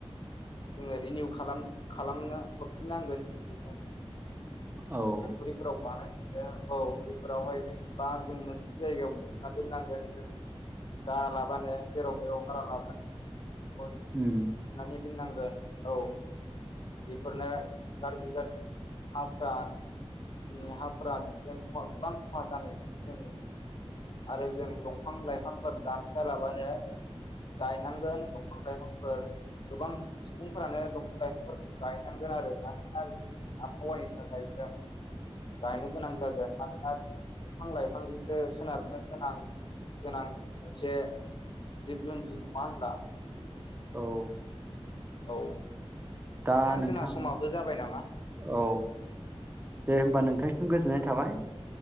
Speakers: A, on the left; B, on the right.
A: जोङो रिनिउ खालाम खालामनो हरफिनोनांगोन जिथु
B: औ
A: फेक्थरिफोरा बानाय औ बेफोरावहाय जों बा जों मोनसे जायगायाव बुथुमना दोननांगोन जों गालाबानो जेराव मेराव गारा लाबानो।
B: उम
A: सुनानै दोननांगोन औ बेफोरनो गाज्रि गाज्रि हाफोरा जोंनि हाफोरा गोबां खहा जानाय जों नुनो मोनो। आरो जों दंफां लाइफांफोर दानफाया लाबानो गायनांगोन दंफां लाइफांफोर गोबां सुबुंफोरानो दंफां लाइफां गायनांगोन आरो मानोना जों आबहावानि थाखाय जों गायनो गोनां जागोन मानोना दंफां लाइफां जों सो सोनारनो गोनां गोनां मोनसे जिब जुन्जि नङा होनब्ला?
B: औ
A: औ
B: दा नोंथां
A: जोंहा समाबो जाबाय नामा
B: औ दे होनबा
A: औ
B: नोंथांनिसिम गोजोननाय थाबाय।